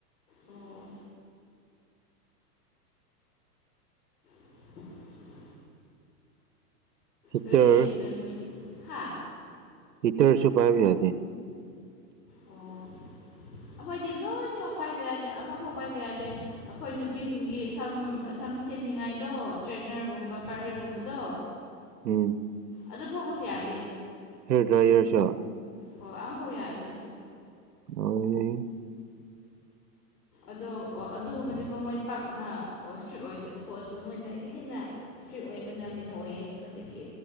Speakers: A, on the left; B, on the right.
A: ꯑꯣ <unintelligible>
B: ꯍꯤꯇꯔ
A: ꯅꯣꯏꯗꯤ ꯑꯗꯨꯗ ꯃꯤ ꯍꯥ
B: ꯍꯤꯇ꯭ꯔꯁꯨ ꯄꯥꯏꯕ ꯌꯥꯗꯦ <inaudible>
A: ꯑꯣ ꯑꯩꯈꯣꯏꯗꯤ ꯂꯣꯏꯅꯃꯛ ꯄꯥꯏꯕ ꯌꯥꯗꯦ ꯑꯃꯐꯥꯎ ꯄꯥꯏꯕ ꯌꯥꯗꯦ ꯑꯩꯈꯣꯏ ꯅꯨꯄꯤꯁꯤꯡꯒꯤ ꯁꯝ ꯁꯝ ꯁꯦꯝꯅꯤꯡꯉꯥꯏꯗꯣ ꯁ꯭ꯇ꯭ꯔꯦꯠꯅ꯭ꯔꯒꯨꯝꯕ ꯀꯥꯔꯂꯤꯌ꯭ꯔꯒꯨꯝꯕꯗꯣ
B: ꯎꯝ
A: ꯑꯗꯨꯐꯥꯎꯕꯖꯨ ꯌꯥꯗꯦ
B: ꯍꯦꯌ꯭ꯔ ꯗ꯭ꯔꯥꯏꯌ꯭ꯔꯁꯨ
A: ꯍꯣꯏ ꯑꯝꯐꯥꯎ ꯌꯥꯗꯦ
B: ꯂꯣꯏꯔꯦꯍꯦ
A: ꯑꯗꯣ ꯑ ꯑꯗꯨꯒꯨꯝꯕꯗꯤꯀꯣ ꯃꯣꯏ ꯄꯥꯛꯅ ꯏꯁꯇ꯭ꯔꯤꯛ ꯑꯣꯏꯗꯦꯕꯀꯣ ꯑꯗꯨꯕꯨ ꯃꯣꯏꯅ ꯍꯦꯟꯅ ꯏꯁꯇ꯭ꯔꯤꯛ ꯑꯣꯏꯕꯅ ꯀꯩꯅꯣ ꯑꯣꯏꯌꯦ ꯍꯧꯖꯤꯛꯀꯤ